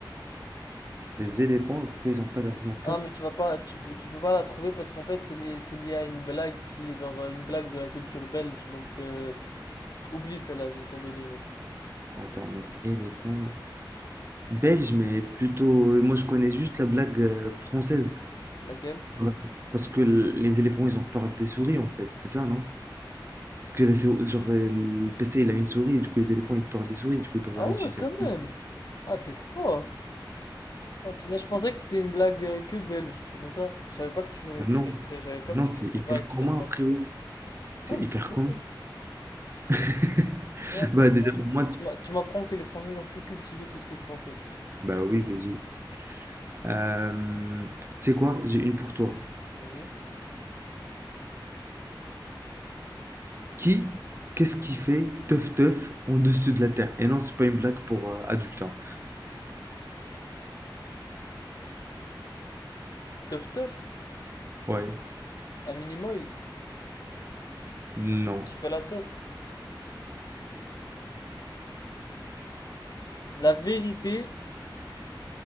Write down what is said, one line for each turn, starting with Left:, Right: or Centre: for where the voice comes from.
Right: les éléphants, pourquoi ils n'ont pas d'ordinateur?
Left: Ah, mais tu vas pas, tu peux, tu peux pas la trouver parce qu'en fait, c'est lié, c'est lié à une blague qui est genre euh, une blague de la culture belge. Donc, euh, oublie celle-là, je vais t'en donner une autre.
Right: Attends, mais éléphants. Belge, mais plutôt. Moi, je connais juste la blague euh, française.
Left: Laquelle?
Right: Ouais. Parce que l- les éléphants, ils ont peur des souris, en fait. C'est ça, non? Parce que les sou- genre, euh, le PC, il a une souris, et du coup, les éléphants, ils ont peur des souris, du coup, ils peuvent
Left: Ah
Right: pas
Left: ouais,
Right: utiliser
Left: quand
Right: un PC.
Left: même. Ah, t'es fort. Ah, putain, je pensais que c'était une blague euh, que belge, c'est pour ça. Je savais pas que tu,
Right: Mais non,
Left: tu connaissais, j'avais peur
Right: non,
Left: que tu
Right: c'est
Left: connaissais
Right: hyper
Left: pas et que
Right: commun,
Left: tu savais pas
Right: frérot.
Left: faire.
Right: C'est
Left: Ah, mais
Right: hyper
Left: c'est trop
Right: commun.
Left: cool.
Right: <laughs>
Left: Ouais, intéressant.
Right: Bah, déjà, pour moi,
Left: Tu m'a- tu m'apprends que les Français sont plus cultivés que ce que je pensais.
Right: bah oui, VG. Euh, tu sais quoi? J'ai une pour toi.
Left: Vas-y.
Right: Qui, qu'est-ce qui fait teuf teuf en dessous de la terre? Et non, c'est pas une blague pour euh, adultes. hein.
Left: Teuf teuf,
Right: Ouais,
Left: un mini-moise,
Right: non.
Left: qui fait la teuf. La vérité,